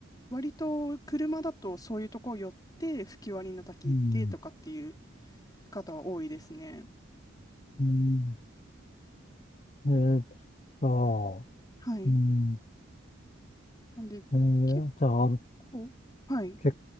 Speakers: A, on the left; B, on the left.
A: 割と車だとそういうとこ寄って吹き割りの滝行ってとかっていう
B: うん。
A: 方は多いですね。
B: うん。えー、じゃあ、
A: はい。
B: うん。
A: なんで結
B: えー、じゃあ、あの
A: 構、はい。
B: 結